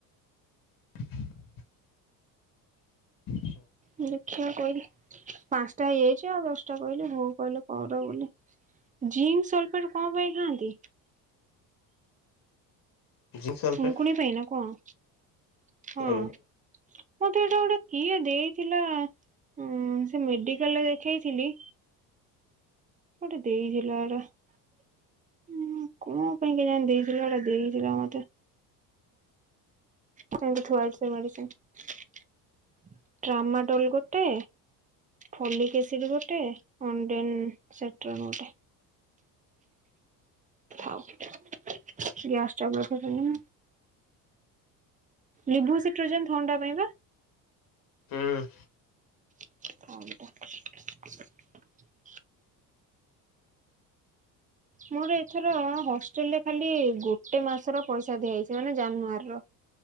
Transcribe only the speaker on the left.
<inaudible> <inaudible>
ଜିଙ୍କ ସଲଫେଟ
ହୁଁ
ହୁଁ।